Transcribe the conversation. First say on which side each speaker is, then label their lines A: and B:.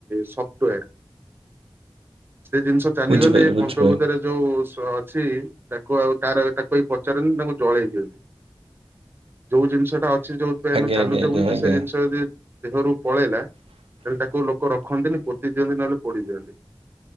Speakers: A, on the right; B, on the right.
A: ସଫ୍ଟଓୟାର। ସେ ଜିନିଷ ଚାଲିଗଲେ
B: ବୁଝିପାରିଲି
A: ଏ
B: ବୁଝିପାରିଲି
A: ପଞ୍ଚଭୂତରେ ଯୋଉ ସ ଅଛି ତାକୁ ଆଉ ତାର ତାକୁ ଏ ପଚାରନ୍ତି ତାକୁ ଜଳେଇ ଦିଅନ୍ତି। ଯୋଉ ଜିନିଷଟା ଅଛି ଯୋଉଥିପାଇଁ ଆମେ
B: ଆଜ୍ଞା
A: ଚାଲୁଚେ
B: ଆଜ୍ଞା ଆଜ୍ଞା
A: ବୁଲୁଚେ
B: ଆଜ୍ଞା
A: ସେ ଜିନିଷ ଯଦି ଦେହରୁ ପଳେଇଲା ତାହେଲେ ତାକୁ ଲୋକ ରଖନ୍ତିନି ପୋତି ଦିଅନ୍ତି ନହେଲେ ପୋଡିି ଦିଅନ୍ତି।